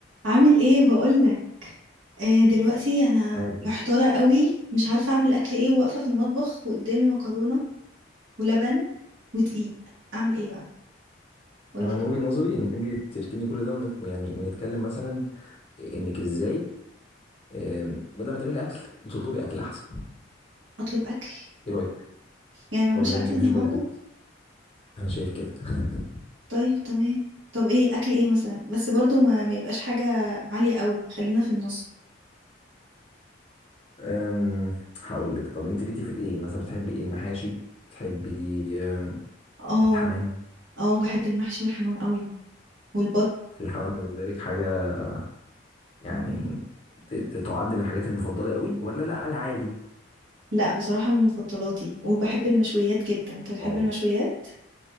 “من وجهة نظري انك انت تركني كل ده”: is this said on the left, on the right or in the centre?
Left